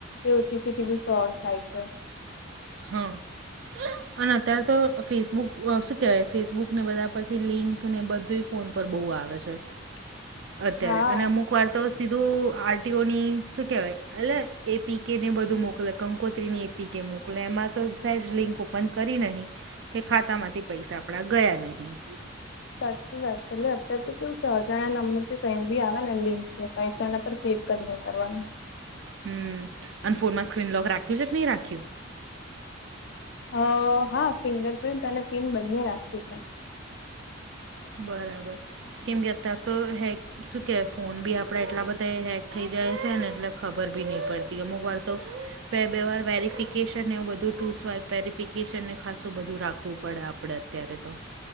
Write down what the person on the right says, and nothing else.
હા. અને અત્યારે તો ફેસબુક શું કેવાય ફેસબુક ને બધા પરથી લિંક ને બધુંય. ફોન પર બહુ આવે છે.
અત્યારે
અને અમુક વાર. તો સીધું આરટીઓ ની શું કહેવાય એટલે એપી કેને બધું મોકલે કંકોત્રીની. પી કે મોકલે એમાં તો સહેજ લિંક ઓપન કરી નહીં. કે ખાતા માંથી પૈસા આપડા ગયા નહી.
હમ અને ફોનમાં સ્ક્રીન લોક રાખ્યું છે કે નહી રાખ્યું.
બરાબર. કેમ કે અત્યાર તો હેક શું કે ફોન બી આપડે એટલા બધા હેક થઈ જાય છે ને એટલે. ખબર બી નહીં પડતી અમુક વાર તો બે બે વાર વેરિફિકેશન એવું બધું ટુ સ્વાઈપ. વેરિફિકેશનને ખાસું બધું રાખવું પડે આપણે અત્યારે તો.